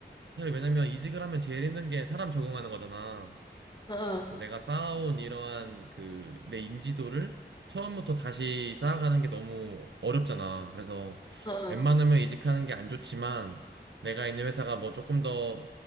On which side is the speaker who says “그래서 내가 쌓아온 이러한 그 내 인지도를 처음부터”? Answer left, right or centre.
Right